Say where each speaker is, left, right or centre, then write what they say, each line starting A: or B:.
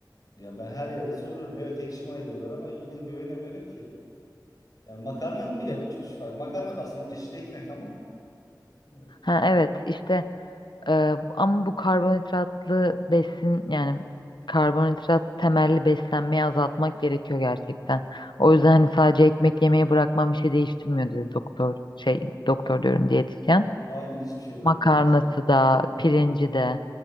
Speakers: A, on the left; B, on the left.
A: Ya ben her yerde soruyorum. Evet ekşi maya diyorlar ama yine güvenemiyorum ki. Yani makarna bile
B: Evet.
A: makarna da aslında bir çeşit ekmek ama e,
B: Ha evet işte Ee, ama bu karbonhidratlı besin yani karbonhidrat temelli beslenmeyi azaltmak gerekiyor gerçekten. O yüzden hani sadece ekmek yemeyi bırakmam bir şey değiştirmiyor dedi doktor. Şey doktor diyorum diyetisyen.
A: aynen hiçbir şey bırakmıyor.
B: Makarnası da, pirinci de